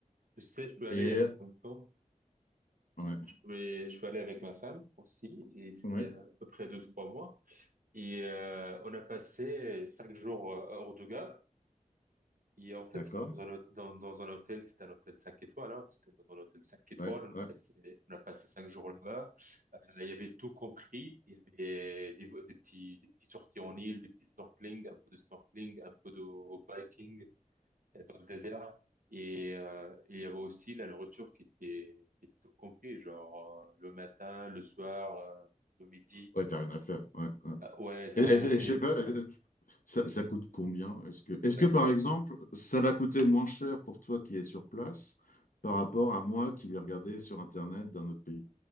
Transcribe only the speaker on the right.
je sais, je suis allé
il y a pas longtemps.
Je suis, je suis allé avec ma femme aussi, et c'était
euh, à peu près deux, trois mois. Et euh, on a passé cinq jours euh, à Orduga. Et en fait,
c'était dans un, hô- dans, dans un hôtel, c'était un hôtel cinq étoiles, hein. C'était dans un hôtel cinq étoiles.
On a
passé, on a passé cinq jours là-bas. Euh, il y avait tout compris. Il y avait des, des petits, des petits sorties en île, des petits snorkeling, un peu de snorkeling, un peu de biking. euh, dans le désert. Et euh, et il y avait aussi la nourriture qui était, qui était au complet, genre euh, le matin, le soir, euh, le midi.
Ah, ouais, t'as
rien à payer.
Bah,